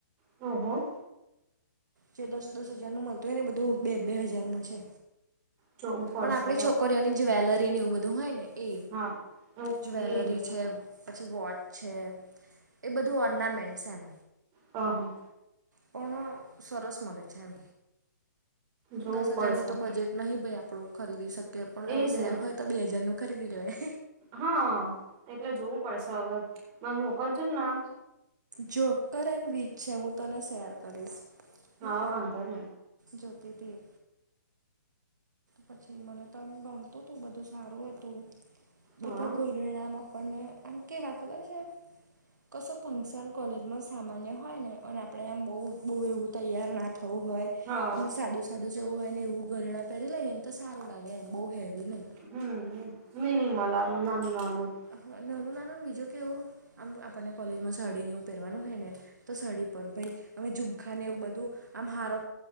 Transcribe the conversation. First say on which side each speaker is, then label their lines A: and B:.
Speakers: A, on the right; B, on the right.
A: હમ હમ.
B: જે દસ દસ હજાર નું મળતું એને બધું બે બે હજાર ન છે.
A: જોવું પડશે
B: પણ આપણી
A: હ
B: છોકરીઓની જ્વેલરી એવું બધું હોય ને એ
A: હા ઓકે
B: જવેલરી
A: હ
B: છે. પછી વોચ છે એ બધું ઓર્નામેન્ટ એમ.
A: હા હા.
B: પણ સરસ મળે છે એમ
A: જોવું
B: દસ
A: પડશે
B: હજાર નું તો બજેટ. નહીં ભાઈ આપડું ખરીદી શકીએ પણ આવું
A: એજ
B: સેલ
A: ને
B: હોય તો બે હજાર નું ખરીદી લેવાય.
A: હા એટલે જોવું પડશે હવે મ મોકલજો ને નામ.
B: જોક્કર એન વચ છે હું તને શેર કરીશ કલે.
A: હા વાંધો નહી
B: જ્યોતિથીએ. પછી મને, તમે ગમતું તું, બધું સારું હતું.
A: હા
B: બધા ઘરેણામાં આપણને આમ, કેવા ખબર હ છે, કસો. ફંક્શન કોલેજમાં સામાન્ય હોય ને, અને આપણે આમ બહુ બહુ એવું તૈયાર ના થવું હોય.
A: હા
B: અને સાદું સાદું જેવું હોય ને, એવું ઘરેણા પહેરી લઈએ ને, તો સારું લાગે, એમ બહુ હેવી લાગે.
A: હમ, મિનીમાલા નાનું નાનું.
B: હ, નાનુ નાનુ બીજું કે એવું, આમ આપણને કોલેજમાં સાડીને એવું પહેરવાનું હોય ને. તો સાડી પર, ભાઈ, અમે ઝુમખા ને એવું બધું, આમ હારો.